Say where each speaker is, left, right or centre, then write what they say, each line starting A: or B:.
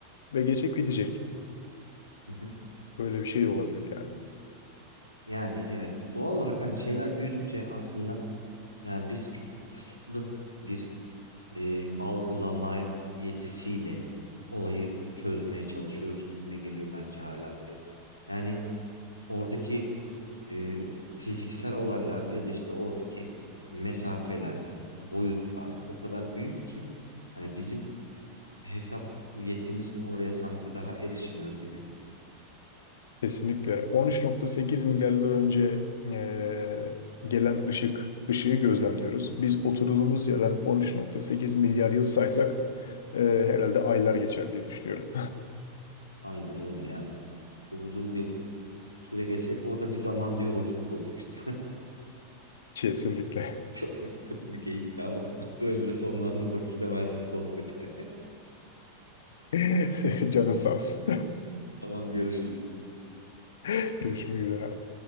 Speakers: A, on the left; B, on the left.
A: ve geçecek bitecek.
B: Hı hı.
A: Böyle bir şey de olabilir yani.
B: Yani evet doğal olarak hani şeyler büyüdükçe aslında yani biz çok kısıtlı bir e, algılama yetisiyle olayı çözmeye çalışıyoruz gibime geliyor bence hala burayı. Yani oradaki e, fiziksel olaylar ya da işte oradaki mesafeler, boyutlar o kadar büyük ki hani bizim hesap yetimiz oraya sanki daha erişmiyor gibi.
A: Kesinlikle. 13.8 milyar yıl önce eee, gelen ışık, ışığı gözlemliyoruz.
B: <laughs> Hı.
A: Biz oturduğumuz yerden 13.8 milyar yıl saysak eee, herhalde aylar geçer diye düşünüyorum.
B: Aynen öyle yani. Çok uzun bir süre geçecek. O da bir zamanda yolculuk olacak işte.
A: <laughs> Kesinlikle.
B: <laughs> Çok kötü bir geyikti ama <laughs> böyle de sonlandırmak istemezdim sohbeti.
A: <laughs> Canın sağ olsun.
B: <laughs> Tamam görüşürüz.
A: <laughs> Görüşmek üzere abi.